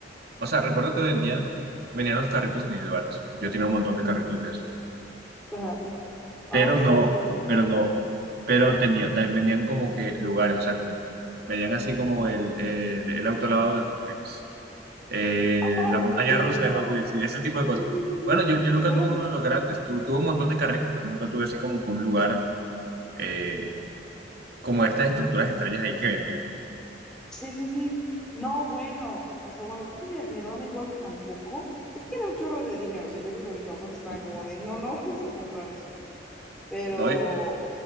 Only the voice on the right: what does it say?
O sea, recuerdo que vendían, venían los carritos individuales. Yo tenía un montón de carritos de esos
pero
no,
pero no, pero tenía, también vendían como que lugares, o sea, como, vendían así como el, el, el auto lavado de Hot Wheels, eh,
la montaña
rusa de Hot Wheels y ese tipo de
cosas.
Bueno, yo, yo nunca
tuve
uno de los grandes, tu, tuve un montón de carritos, pero nunca tuve así como que un lugar, eh, como estas estructuras extrañas ahí que vendían.
<laughs>
¿no?